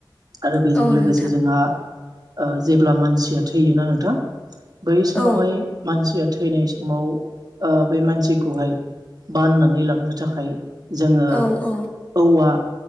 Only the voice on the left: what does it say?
औ
नोंथां
औ
औ औ